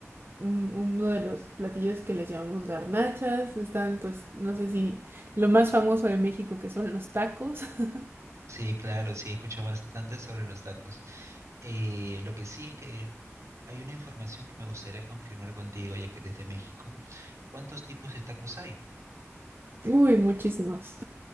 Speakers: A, on the right; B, on the right.
A: un- uno de los platillos que les llamamos garnachas. Están, pues, no sé si lo más famoso de México que son los tacos. <laughs>
B: Sí, claro, sí, he escuchado bastante sobre los tacos. Eh, lo que sí es que hay una información que me gustaría confirmar contigo, ya que eres de México. ¿Cuántos tipos de tacos hay?
A: Uy, muchísimos.